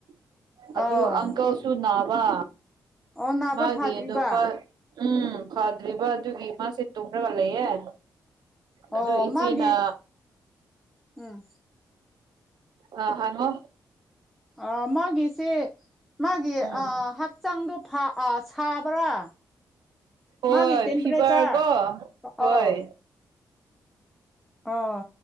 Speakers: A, on the right; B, in the centre.
A: ꯫ ꯑꯗꯨ
B: ꯑꯧ
A: ꯑꯪꯀꯜꯁꯨ ꯅꯥꯕ
B: ꯑꯣ ꯅꯥꯕ
A: ꯃꯥꯒꯤ
B: ꯐꯥꯗ꯭ꯔꯤꯕ
A: ꯅꯨꯄꯥ ꯫ ꯎꯝ ꯐꯥꯗ꯭ꯔꯤꯕ ꯑꯗꯨꯒꯤ ꯃꯥꯁꯦ ꯇꯨꯝꯔꯒ ꯂꯩꯌꯦ ꯫
B: ꯑꯣ
A: ꯑꯗꯨ ꯏꯆꯦꯅ꯫
B: ꯃꯥꯒꯤ ꯎꯝ
A: ꯑ ꯍꯪꯉꯣ꯫
B: ꯑ ꯃꯥꯒꯤꯁꯤ ꯃꯥꯒꯤ
A: ꯎꯝ
B: ꯑ ꯍꯛ꯫ ꯆꯪꯗꯣ ꯐꯥ ꯑ ꯁꯥꯕ꯭ꯔꯥ꯫
A: ꯍꯣꯏ
B: ꯃꯥꯒꯤ ꯇꯦꯝꯄ꯭ꯔꯦꯆꯔ
A: ꯐꯤꯚꯔ ꯀꯣ ꯍꯣꯏ
B: ꯑꯣ ꯑꯣ